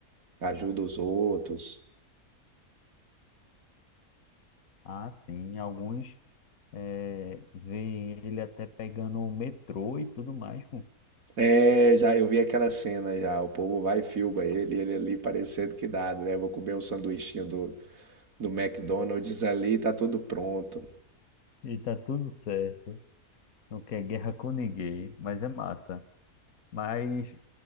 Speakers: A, on the right (about 70°); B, on the left (about 70°).
A: ajuda os outros.
B: Ah, sim, alguns eh, veem ele até pegando o metrô e tudo mais, pô.
A: É, já eu vi aquela cena já, o povo vai e filma ele, e ele ali parecendo que nada, né? Vou comer o sanduichinho do do McDonald's ali, tá tudo pronto.
B: E tá tudo certo. Não quer guerra com ninguém, mas é massa. Mas